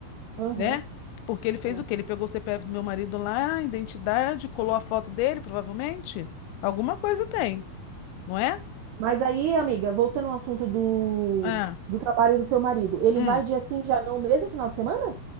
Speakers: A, on the right (about 80°); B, on the left (about 85°).
A: uhum,
B: né? Porque ele fez
A: é.
B: o quê? Ele pegou o CPF do meu marido lá, a identidade, colou a foto dele, provavelmente. Alguma coisa tem, não é?
A: Mas aí, amiga, voltando ao assunto do,
B: Ah,
A: do trabalho do seu marido, ele
B: hum.
A: vai dia sim, dia não, mesmo final de semana?